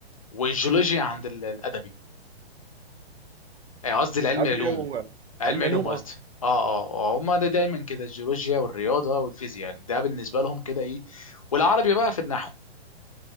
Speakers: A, on the left; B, on the right.
A: والجيولوجيا عند ال- الادبي آه، قصدي العلم
B: ادبي
A: العلوم
B: هو
A: علم
B: علم
A: علوم
B: علوم اه
A: قصدي اه اه هم ده دايما كده الجيولوجيا والرياضه والفيزياء ده بالنسبه لهم كده ايه والعربي بقى في النحو